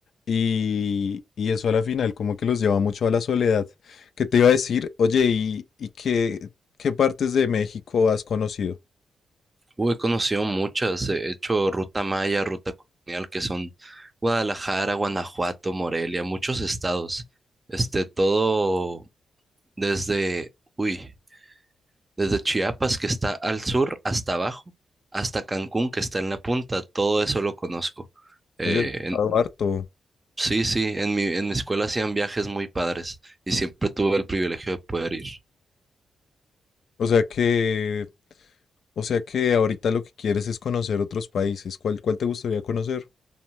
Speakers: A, on the left; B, on the right.
A: Y, y eso a la final como que los lleva mucho a la soledad. ¿Qué te iba a decir? Oye, ¿y, y qué, qué partes de México has conocido?
B: Uy, he conocido muchas, he hecho ruta maya, ruta colonial, que son Guadalajara, Guanajuato, Morelia, muchos estados. Este, todo desde, uy. Desde Chiapas, que está al sur, hasta abajo, hasta Cancún, que está en la punta, todo eso lo conozco. Eh,
A: Oye, he estado
B: en-
A: harto.
B: sí, sí, en mi, en mi escuela hacían viajes muy padres y siempre tuve el privilegio de poder ir.
A: O sea que, o sea que ahorita lo que quieres es conocer otros países. ¿Cuál, cuál te gustaría conocer?